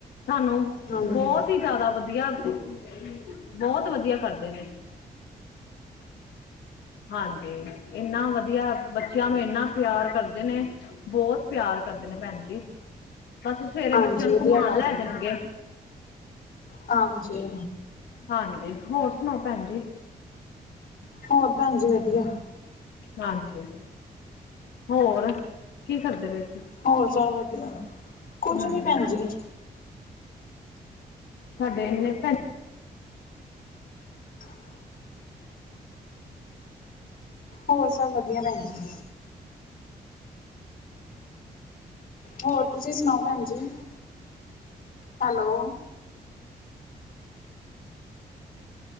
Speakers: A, on the left; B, on the left.
A: ਸਾਨੂੰ
B: ਹਾਂਜੀ
A: ਬਹੁਤ ਹੀ ਜ਼ਿਆਦਾ ਵਧੀਆ ਬਹੁਤ ਵਧੀਆ ਕਰਦੇ ਨੇ, ਹਾਂਜੀ। ਇੰਨਾ ਵਧੀਆ ਬੱਚਿਆਂ ਨੂੰ, ਇੰਨਾ ਪਿਆਰ ਕਰਦੇ ਨੇ, ਬਹੁਤ ਪਿਆਰ ਕਰਦੇ ਨੇ ਭੈਣ ਜੀ ਬਸ ਸਵੇਰੇ,
B: ਹਾਂਜੀ
A: ਬੱਚਿਆਂ ਨੂੰ
B: ਵਧੀਆ
A: ਘੁੰਮਉਣ
B: ਗੱਲ
A: ਲੈ ਜਾਣਗੇ।
B: ਹੈ ਹਾਂਜੀ
A: ਹਾਂਜੀ, ਹੋਰ ਸੁਣਾਓ ਭੈਣ ਜੀ।
B: ਹੋਰ ਭੈਣ ਜੀ ਵਧੀਆ
A: ਹਾਂਜੀ, ਹੋਰ? ਕੀ ਕਰਦੇ ਪਏ ਸੀ
B: ਹੋਰ ਸਭ ਵਧੀਆ, ਕੁਛ
A: ਹੂੰ
B: ਨੀ ਭੈਣ ਜੀ।
A: ਸਾਡੇ ਇੰਨੇ ਭੈ
B: <inaudible> ਹੋਰ ਸਭ ਵਧੀਆ ਭੈਨ ਜੀ। ਹੋਰ ਤੁਸੀਂ ਸੁਣਾਓ ਭੈਣ ਜੀ, ਹੈਲੋ।
A: <inaudible>